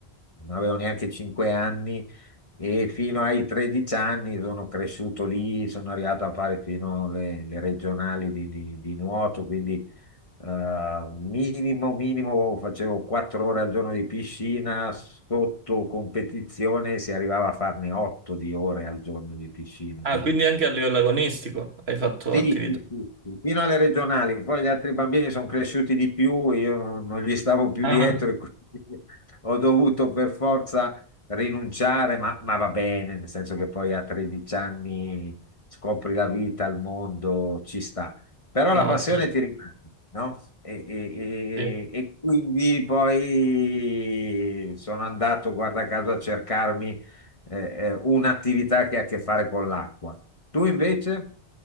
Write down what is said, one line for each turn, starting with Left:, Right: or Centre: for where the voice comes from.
Left: non avevo neanche 5 anni e fino ai 13 anni sono cresciuto lì, sono arrivato a fare fino alle, alle regionali di, di- di nuoto, quindi eh, minimo, minimo, facevo quattro ore al giorno di piscina, sotto competizione si arrivava a farne otto di ore al giorno di piscina,
Right: Ah,
Left: quindi
Right: quindi anche a livello agonistico hai fatto
Left: sì,
Right: attività.
Left: sì, sì, sì, fino alle regionali, poi gli altri bambini sono cresciuti di più, io non non gli stavo più
Right: ah,
Left: dietro e quindi <laughs> ho dovuto per forza rinunciare, ma, ma va bene, nel senso che poi a 13 anni scopri la vita, il mondo, ci sta. Però
Right: No,
Left: la passione ti rimane, no? E, e-
Right: sì.
Left: e- e quindi poi sono andato, guarda caso, a cercarmi eh, eh, un'attività che ha a che fare con l'acqua. Tu invece?